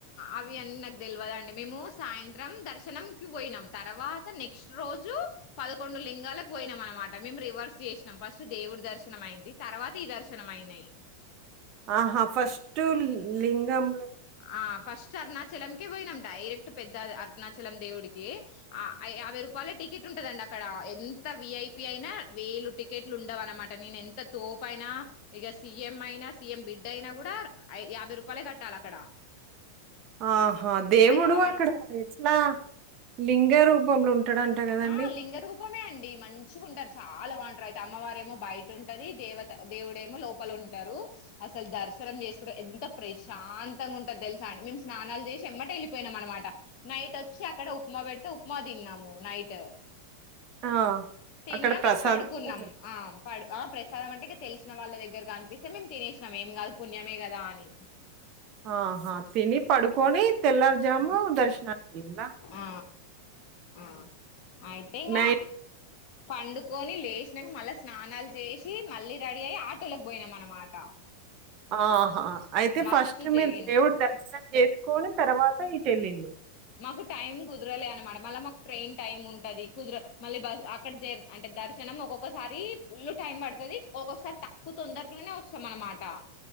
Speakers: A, on the left; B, on the right.
A: అవి అన్ తెలివదండి మేము సాయంత్రం దర్శనంకి పోయినాం తర్వాత నెక్స్ట్ రోజు పదకొండు లింగాలకు పోయినాం అనమాట మేము రివర్స్ చేసినాం ఫస్ట్ దేవుడి దర్శనం అయింది తర్వాత ఈ దర్శనం అయినాయి
B: ఆహా ఫస్ట్ లింగం
A: ఆ ఫస్ట్ అరుణచలంకే పోయినం డైరెక్ట్ పెద్ద అరుణాచలం దేవుడికే ఆ యాభై రూపాయలే టి ఉంటదండి అక్కడ ఎంత విఐపి అయినా వేలు టికెట్లు ఉండవు అనమాట నేను ఎంత తోపు అయినా ఇక సిఎం అయినా సీఎం బిడ్డ అయినా కూడా యాభై రూపాయలే కట్టాలే అక్కడ
B: ఆహా దేవుడు
A: ఆ యాభై
B: అక్కడ ఎట్లా లింగ రూపంలో ఉంటాడంట గదండీ!
A: ఆ లింగరూపమే అండి మ చ్చుకుంటారు చాలా బాంటరు అయితే అమ్మవారేమో బయట ఉంటంది దేవత దేవుడేమో లోపల ఉంటారు అసలు దర్శనం చేసుకుంట ఎంత ప్రశాంతంగా ఉంటది తెలుసా అండి మేము స్నానాలు చేసి ఎమ్మట వెళ్ళిపోయినాం అనమాట నైట్ వచ్చి అక్కడ ఉప్మా పెడితే ఉప్మా తిన్నాము నై ట్
B: ఆ!
A: తిన్నాం
B: అక్కడ ప్రసాదం
A: ఇగ పడుకున్నాం
B: కూడా పెడతారు.
A: ఆ పడు ఆ ప్రసాదం అంటేఇగ తెలిసిన వాళ్ళ దగ్గర అనిపిస్తే మేము తినేసినాం ఏం కాదు పుణ్యమే కదా అని
B: ఆహా తిని పడుకొని తెల్లారు జాము
A: ఇప్పుడు
B: దర్శనానికి ఎల్లిల్లా
A: ఆ ఆ అయితే ఇంగ
B: నైట్
A: పండుకొని లేచినాక మళ్ళా స్నానాలు చేసి మళ్ళీ రెడీ అయి ఆటోలకి పోయినాం అనమాట
B: ఆహా అయితే
A: మస్తు
B: ఫస్ట్
A: జరిగింది
B: మీరు దేవుడు దర్శనం చేసుకొని తర్వాత ఈ ఇటెల్లిల్లు
A: మాకు టైం కుదరలే అనమాట మళ్ళ మాకు ట్రైన్ టైం ఉంటది కుదర మళ్ళీ బస్ అక్కడ అంటే దర్శనం ఒక్కొక్కసారి ఫుల్ టైం పడతది. ఒక్కొక్కసారి తక్కువ తొందరగాలోనే వస్తాం అనమాట